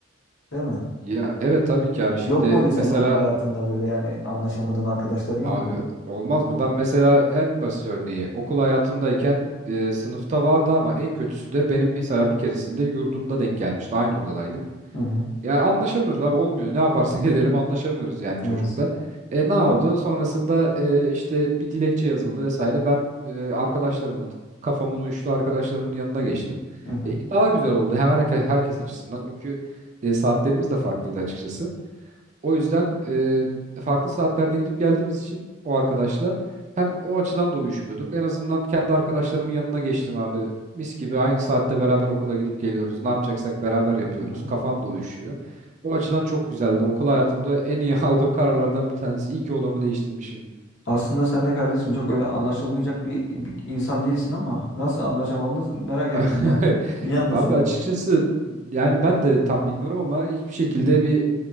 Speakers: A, on the left (about 65°); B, on the right (about 40°).
A: Değil mi?
B: Ya evet tabii ki abi şimdi
A: Yok muydu senin
B: mesela
A: okul hayatında böyle yani anlaşamadığın arkadaşların yok
B: abi
A: muydu?
B: olmaz mı? Ben mesela en basit örneği okul hayatımdayken e, sınıfta vardı ama en kötüsü de benim mesela bir keresinde yurdumda denk gelmişti. Aynı odadaydık.
A: Hı hı.
B: Yani anlaşamıyoruz abi olmuyor. Ne yaparsak <laughs> edelim anlaşamıyoruz yani çocukla.
A: Evet.
B: E ne oldu? Sonrasında e, işte bir dilekçe yazıldı vesaire. Ben e, arkadaşlarımın kafamın uyuştu arkadaşlarımın yanına geçtim.
A: Hı hı.
B: E, daha güzel oldu hemen herkes, herkes açısından. Çünkü e, saatlerimiz de farklıydı açıkçası. O yüzden e, farklı saatlerde gidip geldiğimiz için o arkadaşla hem o açıdan da uyuşmuyorduk. En azından kendi arkadaşlarımın yanına geçtim abi. Mis gibi aynı saatte beraber okula gidip geliyoruz. Ne yapacaksak beraber yapıyoruz.
A: Hı hı.
B: Kafam da uyuşuyor. O açıdan çok güzeldi. Okul hayatımda en iyi <laughs> aldığım kararlardan bir tanesi. İyi ki odamı değiştirmişim.
A: Aslında sen de kardeşim çok öyle anlaşılmayacak bir, bir insan değilsin ama nasıl anlaşamadınız merak ettim
B: <laughs>
A: yani. Niye anlaşamadınız?
B: Abi açıkçası yani ben de tam bilmiyorum ama hiçbir şekilde bir